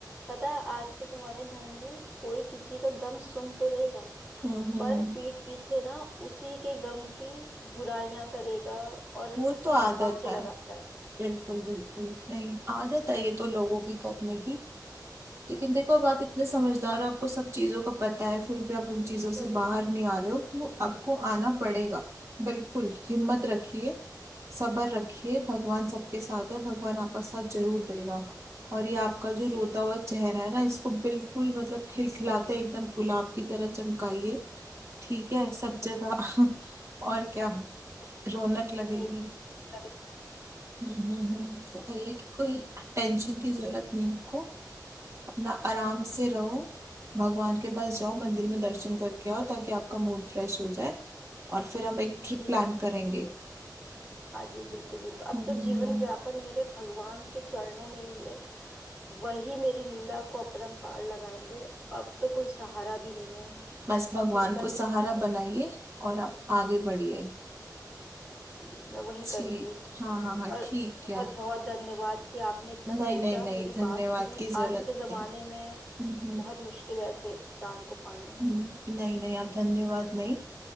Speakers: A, on the right; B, on the right.
A: पता है आज के जमाने में बहन जी कोई किसी का गम सुन तो लेगा
B: हम्म
A: पर
B: हम्म
A: पीठ पीछे ना उसी के गम की बुराइयां करेगा और
B: वो
A: हंसी
B: तो आदत
A: ठहाके
B: है
A: लगाता है
B: बिल्कुल बिल्कुल नहीं आदत है ये तो लोगों की करने की लेकिन देखो अब आप इतने समझदार हो आपको सब चीजों का पता है फिर भी आप उन चीजों से
A: वही
B: बाहर नहीं आ रहे हो तो
A: जी
B: आपको
A: जी
B: आना पड़ेगा
A: जी
B: बिल्कुल हिम्मत रखिए सब्र रखिए भगवान सबके साथ है भगवान आपका साथ जरूर देगा और ये आपका जो
A: जी
B: रोता हुआ चेहरा है ना इसको बिल्कुल मतलब खिलखिलाते
A: बिल्कुल
B: एकदम गुलाब की तरह चमकाइए ठीक है सब
A: <laughs>
B: जगह <laughs> और क्या
A: कोशिश
B: रौनक
A: करेगी
B: लगेगी
A: मेरी कर्म
B: हम्म हम्म हम्म। ये कि कोई टेंशन की जरूरत नहीं है आपको ना आराम
A: हम्म,
B: से रहो भगवान के पास जाओ मंदिर में दर्शन करके आओ ताकि आपका मूड फ्रेश हो जाए और फिर हम एक ट्रिप
A: जी
B: प्लान करेंगे
A: हाँ जी बिल्कुल बिल्कुल अब
B: हम्म,
A: तो जीवन
B: हम्म, हम्म।
A: व्यापन मेरे भगवान के चरणों में ही है वही मेरी लीला को अपरंपार लगाएंगे अब तो कोई सहारा भी नहीं है
B: बस भगवान
A: कि मैं
B: को सहारा
A: कुछ
B: बनाइए और आप आगे बढ़िए
A: करूंगी मैं वही
B: जी
A: करूंगी
B: हाँ हाँ हाँ
A: और
B: ठीक
A: बहुत
B: है
A: बहुत धन्यवाद कि आपने इतना
B: नहीं
A: सोचा
B: नहीं नहीं
A: मेरी
B: धन्यवाद
A: बात सुनी
B: की जरूरत
A: आज के जमाने
B: नहीं
A: में
B: हम्म, हम्म,
A: बहुत मुश्किल है ऐसे इंसान को पाना
B: हम्म। नहीं नहीं आप धन्यवाद नहीं